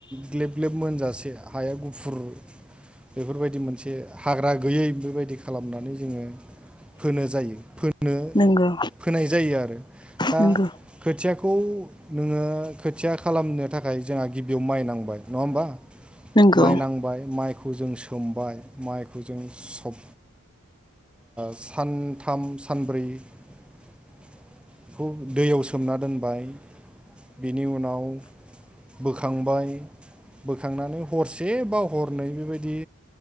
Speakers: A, in the centre; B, on the left (about 20°).
A: ग्लेब ग्लेब मोनजासे हाया गुफुर बेफोरबायदि मोनसे हाग्रा गैयै बेबायदि खालामनानै जोङो फोनो जायो फोनो
B: नंगौ
A: फोनाय जायो आरो। दा
B: नंगौ
A: खोथियाखौ नोङो खोथिया खालामनो थाखाय जोंहा गिबियाव माइ नांबाय नङा होमबा?
B: नंगौ
A: माइ नांबाय माइखौ जों सोमबाय माइखौ जों सब सानथाम सानब्रैखौ दैयाव सो सोमना दोनबाय बेनि उनाव बोखांबाय बोखांनानै हरसेबाव हरनै बेबायदि